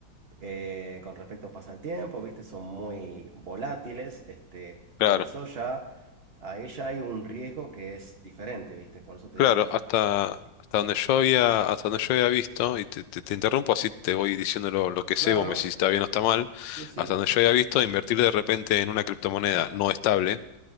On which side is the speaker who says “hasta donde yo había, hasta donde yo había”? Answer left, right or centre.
Left